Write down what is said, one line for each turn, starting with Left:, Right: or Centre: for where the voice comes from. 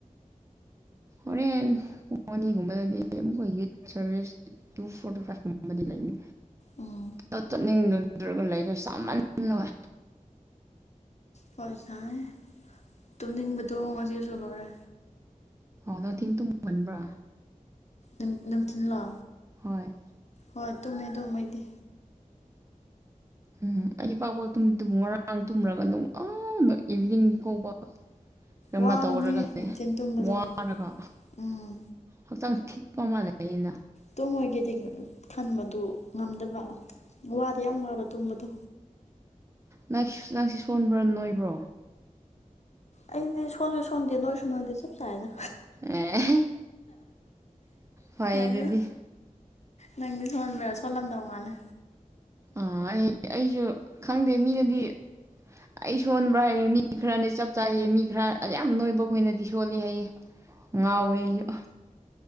Right: ꯍꯣꯔꯦꯟ ꯄꯨꯡ ꯑꯅꯤꯒꯨꯝꯕꯗꯗꯤ ꯑꯃꯨꯛꯀ ꯌꯨꯠ ꯁꯔꯚꯤꯁ ꯇꯨ ꯐꯣꯔꯇꯤ ꯐꯥꯏꯚ ꯀꯨꯝꯕ ꯕꯗꯤ ꯂꯩꯅꯤ
Left: ꯎꯝ
Right: ꯆꯠꯅꯤꯡꯗ꯭ꯔꯒ ꯂꯩꯔꯦ ꯁꯥꯃꯜꯂꯒ
Left: ꯍꯣꯏ ꯁꯥꯏꯌꯦ ꯇꯨꯝꯅꯤꯡꯕꯗꯣ ꯉꯁꯤꯁꯨ ꯂꯣꯏꯔꯦ
Right: ꯑꯣ ꯅꯨꯡꯊꯤꯟ ꯇꯨꯝꯒꯟꯕ꯭ꯔꯥ
Left: ꯅꯨꯡ ꯅꯨꯡꯊꯤꯟꯂꯣ
Right: ꯍꯣꯏ
Left: ꯍꯣꯏ ꯇꯝꯃꯦ ꯑꯗꯨꯝ ꯑꯩꯗꯤ
Right: ꯎꯝ ꯑꯩ ꯄꯥꯛꯄ ꯇꯨꯝꯗꯦ ꯉꯔꯥꯡ ꯇꯨꯝꯔꯒ ꯅꯣꯡ ꯑꯥꯗꯥ ꯑꯥ ꯏꯚꯤꯅꯤꯡ ꯐꯥꯎꯕ ꯀꯩꯅꯣꯝꯃ
Left: ꯋꯥꯕꯅꯦ
Right: ꯇꯧꯔꯒ ꯂꯩꯌꯦ
Left: ꯅꯨꯡꯊꯤꯟ ꯇꯨꯝꯕꯗꯣ
Right: ꯋꯥꯔꯒ
Left: ꯎꯝ
Right: ꯍꯛꯆꯥꯡ ꯊꯤꯠꯄ ꯃꯥꯜꯂꯦ <unintelligible> ꯍꯥꯏꯅ
Left: ꯇꯨꯝꯉꯣꯏꯒꯦꯗꯤ ꯈꯟꯕꯗꯨ ꯉꯝꯗꯕ ꯋꯥꯗꯤ ꯌꯥꯝ ꯋꯥꯕ ꯇꯨꯝꯕꯗꯣ
Right: ꯅꯪ ꯅꯪꯁꯤ ꯁꯣꯟꯕ꯭ꯔꯥ ꯅꯣꯏꯕ꯭ꯔꯣ
Left: ꯑꯩꯅꯦ ꯁꯣꯟꯁꯨ ꯁꯣꯟꯗꯦ ꯅꯣꯏꯁꯨ ꯅꯣꯏꯗꯦ ꯆꯞ ꯆꯥꯢꯗ
Right: ꯑꯦ ꯐꯩ
Left: ꯌꯥꯏꯗ
Right: ꯑꯗꯨꯗꯤ
Left: ꯅꯪꯗꯤ ꯁꯣꯟꯕ꯭ꯔꯥ ꯁꯣꯟꯂꯝꯗꯧ ꯃꯥꯜꯂꯤ
Right: ꯑꯥ ꯑꯩ ꯑꯩꯁꯨ ꯈꯪꯗꯦ ꯃꯤꯅꯗꯤ ꯑꯩ ꯁꯣꯟꯕ꯭ꯔꯥ ꯍꯥꯏꯔ ꯃꯤ ꯈꯔꯅ ꯆꯞ ꯆꯥꯥꯢꯌꯦ ꯃꯤ ꯈꯔ ꯌꯥꯝ ꯅꯣꯏꯕꯈꯣꯏꯅꯗꯤ ꯁꯣꯜꯂꯤ ꯍꯥꯏꯌꯦ ꯉꯥꯎꯋꯦ ꯑꯩꯁꯨ